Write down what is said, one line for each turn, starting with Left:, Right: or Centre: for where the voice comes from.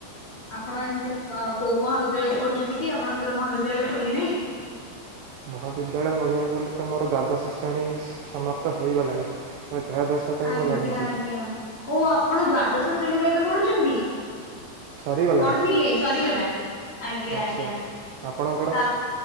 Left: ଆପଣ ଏମିତି ଅ କୋଉ ମହାବିଦ୍ୟାଳୟରେ ପଢୁଚନ୍ତି କି ଆପଣଙ୍କର ମହାବିଦ୍ୟାଳୟ ଖୋଲି ନାହିଁ?
Right: ମହାବିଦ୍ୟାଳୟ କହିବାକୁ ଗଲେ ତ ମୋର ଦ୍ୱାଦଶ ଶ୍ରେଣୀ ସମାପ୍ତ ହୋଇଗଲାଣି। ତ୍ରୟୋଦଶ ପାଇଁ
Left: ଆଜ୍ଞା
Right: ମୁଁ ଲାଗିଛି
Left: ଆଜ୍ଞା ଓ ଆପଣ ଦ୍ଵାଦଶ ଶ୍ରେଣୀରେ ଏବେ ପଢୁଚନ୍ତି?
Right: ସରିଗଲାଣି
Left: ପଢୁଥିଲେ ସରିଗଲା। ଆଜ୍ଞା
Right: ଆଚ୍ଛା
Left: ଆଜ୍ଞା
Right: ଆପଣଙ୍କର
Left: ତା